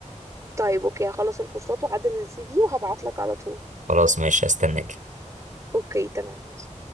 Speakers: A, on the right; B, on the right.
A: طيب اوكي هخلص الكورسات واعدل السي في وهبعت لك على طول
B: خلاص ماشي استناك
A: اوكي تمام ماشي